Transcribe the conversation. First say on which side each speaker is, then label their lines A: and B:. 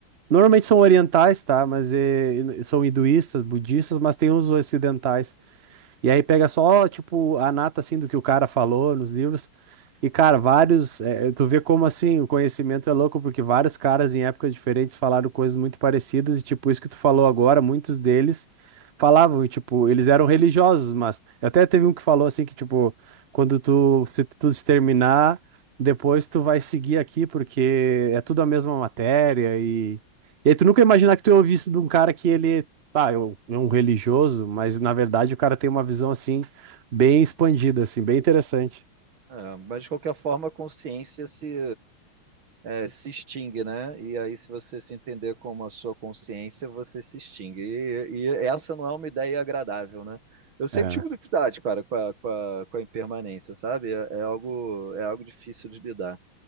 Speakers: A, on the right (about 50°); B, on the right (about 70°).
A: normalmente são orientais, tá? Mas eh, são hinduístas, budistas, mas tem os ocidentais. E aí pega só, tipo, a nata, assim, do que o cara falou nos livros. E, cara, vários. eh, tu vê como, assim, o conhecimento é louco, porque vários caras em épocas diferentes falaram coisas muito parecidas. E, tipo, isso que tu falou agora, muitos deles falavam, e, tipo, eles eram religiosos, mas. Até teve um que falou, assim, que, tipo, quando tu se, tu se terminar, depois tu vai seguir aqui, porque é tudo a mesma matéria. E, e aí tu nunca imaginar que tu ia ouvir isso de um cara que ele tá, eu, é um religioso, mas na verdade o cara tem uma visão assim, bem expandida, assim, bem interessante.
B: É, mas, de qualquer forma, a consciência se, é, se extingue, né? E aí, se você se entender como a sua consciência, você se extingue. E, e essa não é uma ideia agradável, né? Eu sempre
A: É,
B: tive dificuldade, cara, com a, com a, com a impermanência, sabe? É, é algo, é algo difícil de lidar.